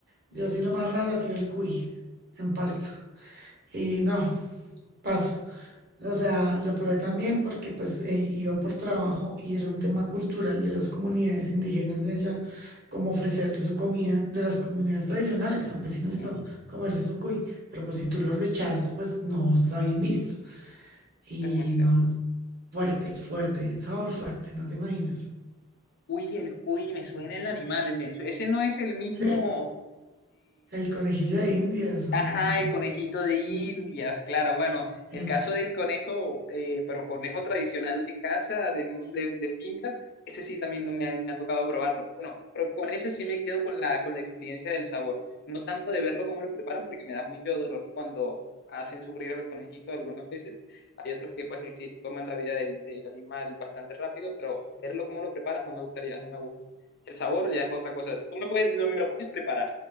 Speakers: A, on the right (about 50°); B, on the left (about 50°).
A: Yo sí lo más raro ha sido el cuy en Pasto.
B: El-
A: Y no, paso. O sea, lo probé también porque pues eh, iba por trabajo y era un tema cultural de las comunidades indígenas de allá, como ofrecerte su comida de las comunidades tradicionales, campesinos
B: Ujú,
A: y todo, comerse su cuy. Pero pues si tú lo rechazas, pues no está bien visto. Y
B: es muy cierto.
A: no, fuerte, fuerte, sabor fuerte, no te imaginas.
B: Uy, el cuy, me suena el animal, me- ese no es el mismo
A: ¿Sí? El conejillo de Indias o...
B: Ajá,
A: el-
B: el conejito de Indias,
A: mm,
B: claro. Bueno, el
A: Epa,
B: caso del conejo, eh, pero conejo tradicional de casa, de, mo- de, de finca, ese sí también no me ha, me ha tocado probarlo. Bueno, pero con ese sí me quedo con la, con la experiencia del sabor. No tanto de verlo cómo lo preparan, porque me da mucho dolor cuando hacen sufrir al conejito algunas veces. Hay otros que pues sí toman la vida del, del animal bastante rápido, pero verlo cómo lo preparan no me gustaría, no me gusta. El sabor ya es otra cosa. Tú me puedes, no me lo puedes preparar,